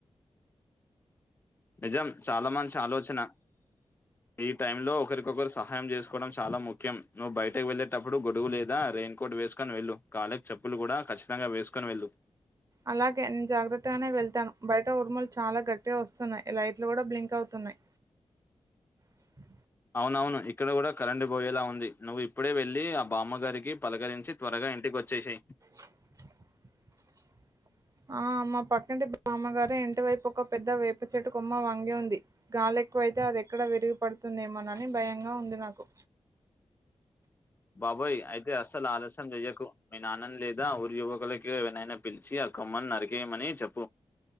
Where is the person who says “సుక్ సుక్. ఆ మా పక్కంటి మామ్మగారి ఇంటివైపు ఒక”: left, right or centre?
Right